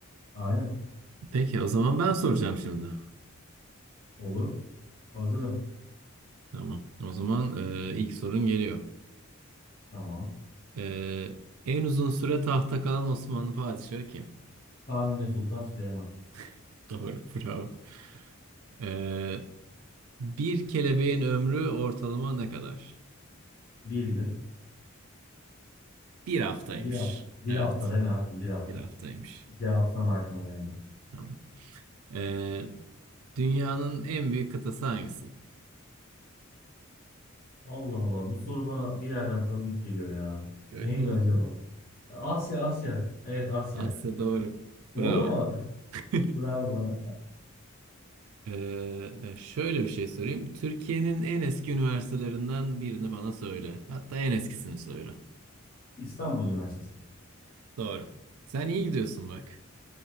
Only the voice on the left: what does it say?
Aynen.
Olur. Hazırım.
Tamam.
Kanuni Sultan Süleyman.
Bir gün.
Bir hafta. Bir
hafta deme abi. Bir hafta.
Cevap sana aklıma geldi.
Allah Allah. Bu soru bana bir yerden tanıdık geliyor ya.
Neydi
acaba? Asya, Asya. Evet Asya.
Doğru
mu?
<laughs> Bravo bana.
İstanbul Üniversitesi.